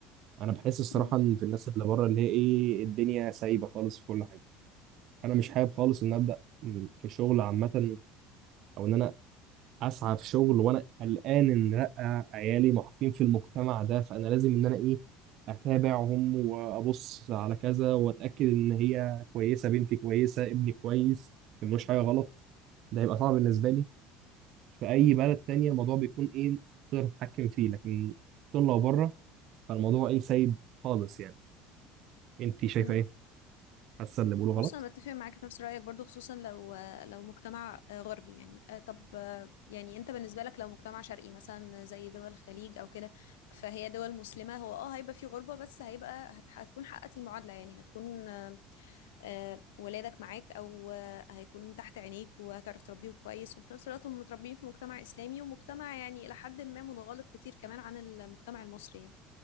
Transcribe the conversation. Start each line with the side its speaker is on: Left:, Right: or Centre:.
Right: انا بحس الصراحه
Left: امم
Right: ان في الناس اللي بره اللي هي ايه الدنيا سايبه خالص في كل حاجه انا مش حابب خالص ان ابدا في شغل عامه او ان انا اسعى في شغل وانا قلقان ان لا عيالي محطين في المجتمع ده فانا لازم ان انا ايه اتابعهم وابص على كذا واتاكد ان هي كويسه بنتي كويسه ابني كويس ما ملوش حاجه غلط ده هيبقى صعب بالنسبه لي في اي بلد تانية الموضوع بيكون ايه تقدر تتحكم فيه لكن طول لو بره فالموضوع ايه سايب خالص يعني انت شايفه
Left: امم
Right: ايه حاسه اللي بيقوله غلط
Left: بص انا بتفق معاك في نفس رايك برضو خصوصا لو لو مجتمع غربي يعني آه، طب آه، يعني انت بالنسبه لك لو مجتمع شرقي مثلا زي دول الخليج او كده فهي دول مسلمه هو اه هيبقى في غربه بس هيبقى هت- هتكون حققت المعادله يعني هتكون آه، آه، ولادك معاك او آه، هيكون تحت عينيك وهتعرف تربيهم كويس وفي نفس الوقت هم متربيين في مجتمع اسلامي ومجتمع يعني الى حد ما منغلق كتير كمان عن المجتمع المصري يعني